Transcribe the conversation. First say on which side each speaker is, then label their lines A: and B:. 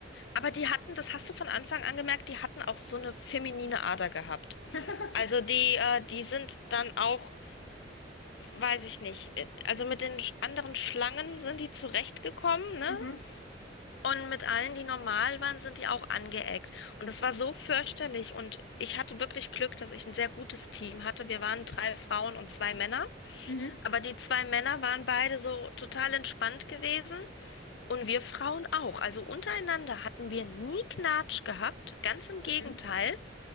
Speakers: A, on the left (about 65°); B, on the left (about 90°).
A: aber die hatten, das hast du von Anfang an gemerkt, die hatten auch so eine feminine Ader gehabt.
B: <laughs>
A: Also die, äh, die sind dann auch, weiß ich nicht, äh, also mit den sch- anderen Schlangen sind die zurechtgekommen, ne?
B: Mhm.
A: Und mit allen, die normal waren, sind die auch angeeckt. Und es war so fürchterlich. Und ich hatte wirklich Glück, dass ich ein sehr gutes Team hatte. Wir waren drei Frauen und zwei Männer.
B: Mhm.
A: Aber die zwei Männer waren beide so total entspannt gewesen. Und wir Frauen auch. Also untereinander hatten wir nie Knatsch gehabt. Ganz im Gegenteil.
B: Mhm.